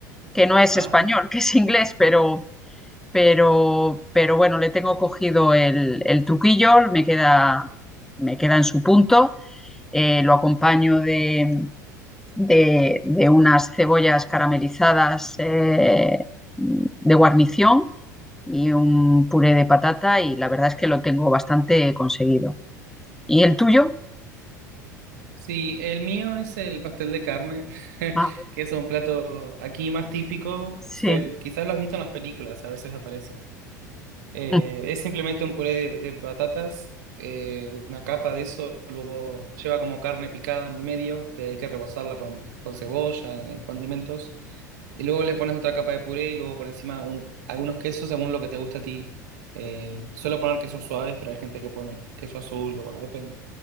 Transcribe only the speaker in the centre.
que no es
español, que es inglés, pero, pero, pero bueno, le tengo cogido el, el truquillo, me queda, me queda en su punto. Eh, lo acompaño de, de, de unas cebollas caramelizadas eh, de guarnición y un puré de patata y la verdad es que lo tengo bastante conseguido. ¿Y el tuyo?
Ah,
sí.
Ujú,